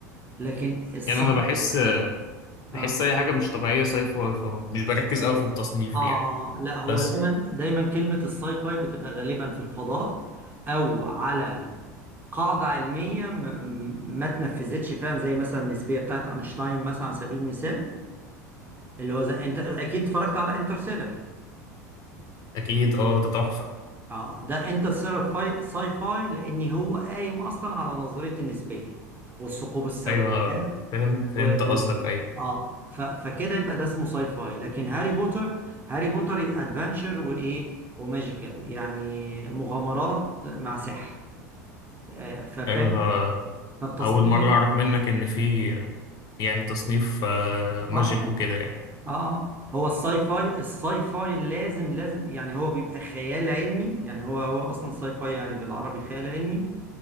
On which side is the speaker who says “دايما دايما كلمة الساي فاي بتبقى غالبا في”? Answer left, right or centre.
Right